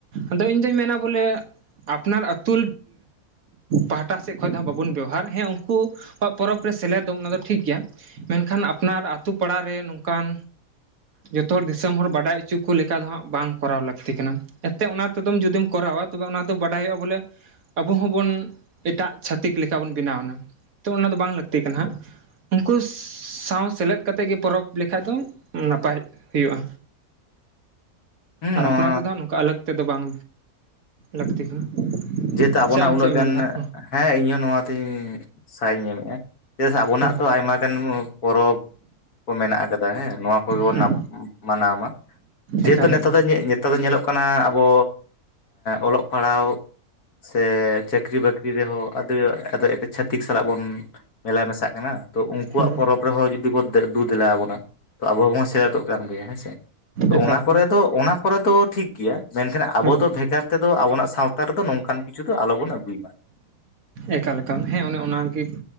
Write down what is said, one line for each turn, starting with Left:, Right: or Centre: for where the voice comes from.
Right: ᱟᱫᱚ ᱤᱧ ᱫᱩᱧ ᱢᱮᱱᱟ ᱵᱚᱞᱮ ᱟᱯᱱᱟᱨ ᱟᱹᱛᱩ ᱯᱟᱦᱴᱟ ᱥᱮᱫ ᱠᱷᱚᱡ ᱫᱚ ᱵᱟᱵᱚᱱ ᱵᱮᱣᱦᱟᱨ, ᱦᱮᱸ ᱩᱱᱠᱩ ᱠᱚᱣᱟᱜ ᱯᱚᱨᱚᱵᱽ <unintelligible> ᱥᱮᱞᱮᱫᱚᱢ ᱚᱱᱟ ᱫᱚ ᱴᱷᱤᱠ ᱜᱮᱭᱟ ᱢᱮᱱᱠᱷᱟᱱ ᱟᱯᱱᱟᱨ ᱟᱛᱳ ᱯᱟᱲᱟᱨᱮᱱ ᱱᱚᱝᱠᱟᱱ ᱡᱚᱛᱚ ᱦᱚᱲ ᱫᱤᱥᱚᱢ ᱦᱚᱲ ᱵᱟᱰᱟᱭ ᱦᱚᱪᱚ ᱠᱚ ᱞᱮᱠᱟ ᱫᱚ ᱦᱟᱸᱜ ᱵᱟᱝ ᱠᱚᱨᱟᱣ ᱞᱟᱹᱠᱛᱤ ᱠᱟᱱᱟ᱾ ᱮᱱᱛᱮ ᱚᱱᱟ ᱛᱮᱫᱚᱢ ᱡᱩᱫᱤᱢ ᱠᱚᱨᱟᱣᱟ ᱛᱚᱵᱮ ᱚᱱᱟ ᱫᱚ ᱵᱟᱰᱟᱭᱚᱜ-ᱟ ᱵᱚᱞᱮ ᱟᱵᱚ ᱦᱚᱸᱵᱚᱱ ᱮᱴᱟᱜ ᱪᱷᱟᱹᱛᱤᱠ ᱞᱮᱠᱟ ᱵᱚᱱ ᱵᱮᱱᱟᱣ ᱱᱟ᱾ ᱛᱚ ᱚᱱᱟ ᱫᱚ ᱵᱟᱝ ᱞᱟᱹᱠᱛᱤ ᱠᱟᱱᱟ ᱦᱟᱸᱜ᱾ ᱩᱱᱠᱩ ᱥᱟᱶ ᱥᱮᱞᱮᱫ ᱠᱟᱛᱮᱫ ᱜᱮ ᱯᱚᱨᱚᱵᱽ ᱞᱮᱠᱷᱟᱡ ᱫᱚ ᱱᱟᱯᱟᱭ ᱦᱩᱭᱩᱜᱼᱟ᱾
Left: ᱦᱮᱸ
Right: ᱟᱨ
Left: ᱱᱚᱣᱟ
Right: ᱟᱯᱱᱟᱨ ᱛᱮᱫᱚ ᱦᱟᱸᱜ ᱱᱚᱝᱠᱟ ᱟᱞᱟᱜ ᱛᱮᱫᱚ ᱵᱟᱝ ᱞᱟᱹᱠᱛᱤ ᱠᱟᱱᱟ᱾
Left: ᱡᱮᱦᱮᱛᱚ ᱟᱵᱚᱱᱟᱜ
Right: ᱥᱮ ᱟᱢ
Left: ᱩᱱᱟᱹᱜ
Right: ᱪᱮᱫ ᱮᱢ
Left: ᱜᱟᱱ,
Right: ᱢᱮᱱᱫᱟ ᱦᱟᱸᱜ
Left: ᱦᱮᱸ ᱤᱧᱦᱚᱸ ᱱᱚᱣᱟᱛᱤᱧ ᱥᱟᱭ ᱤᱧ ᱮᱢᱮᱫᱼᱟ᱾ ᱪᱮᱫᱟᱜ ᱥᱮ ᱟᱵᱚᱱᱟᱜ
Right: ᱦᱮᱸ
Left: ᱛᱚ ᱟᱭᱢᱟ ᱜᱟᱱ ᱯᱚᱨᱚᱵᱽ ᱠᱚ ᱢᱮᱱᱟᱜ ᱟᱠᱟᱫᱟ ᱦᱮᱸ, ᱱᱚᱣᱟ ᱠᱚᱜᱮ ᱵᱚᱱ
Right: ᱦᱮᱸ
Left: ᱱᱟᱯ ᱢᱟᱱᱟᱣ ᱢᱟ᱾ ᱡᱮᱦᱮᱛᱩ
Right: ᱮᱠᱟᱞ
Left: ᱱᱮᱛᱟᱨ
Right: ᱮᱠᱟᱞ
Left: ᱫᱚ ᱧᱮ-ᱧᱮ ᱱᱮᱛᱟᱨ ᱫᱚ ᱧᱮᱞᱚᱜ ᱠᱟᱱᱟ ᱟᱵᱚ ᱚᱞᱚᱜ ᱯᱟᱲᱦᱟᱣ ᱥᱮ ᱪᱟᱹᱠᱨᱤ ᱵᱟᱹᱠᱨᱤ ᱨᱮᱦᱚᱸ ᱟᱹᱰᱤ ᱟᱫᱚ ᱮᱴᱟᱜ ᱪᱷᱟᱹᱛᱤᱠ ᱥᱟᱞᱟᱜ ᱵᱚᱱ᱾ ᱢᱮᱞᱟᱭ ᱢᱮᱥᱟᱜ ᱠᱟᱱᱟ ᱛᱚ ᱩᱱᱠᱩᱣᱟᱜ
Right: ᱦᱩᱸ
Left: ᱯᱚᱨᱚᱵᱽ ᱨᱮ ᱦᱚᱸ ᱡᱩᱫᱤ ᱵᱩᱱ ᱫᱮᱫᱮᱞᱟ ᱟᱵᱚᱱᱟ ᱛᱚ ᱟᱵᱚ ᱦᱚᱸᱵᱚᱱ ᱥᱮᱞᱮᱫᱚᱜ ᱠᱟᱱ ᱜᱮᱭᱟ ᱦᱮᱸᱥᱮ ᱛᱚ
Right: ᱮᱠᱟᱞ
Left: ᱚᱱᱟ
Right: ᱮᱠᱟᱞ
Left: ᱠᱚᱨᱮ ᱫᱚ ᱚᱱᱟ ᱠᱚᱨᱮ ᱫᱚ ᱴᱷᱤᱠ ᱜᱮᱭᱟ ᱢᱮᱱᱠᱷᱟᱱ ᱟᱵᱚ
Right: ᱦᱮᱸ
Left: ᱫᱚ ᱵᱷᱮᱜᱟᱨ ᱛᱮᱫᱚ ᱟᱵᱚᱱᱟᱜ ᱥᱟᱶᱛᱟ ᱨᱮᱫᱚ ᱱᱚᱝᱠᱟᱱ ᱠᱤᱪᱷᱩ ᱫᱚ ᱟᱞᱚᱵᱚᱱ ᱟᱹᱜᱩᱭ ᱢᱟ
Right: ᱮᱠᱟᱞ ᱮᱠᱟᱞ ᱦᱮᱸ ᱚᱱᱮ ᱚᱱᱟᱜᱮ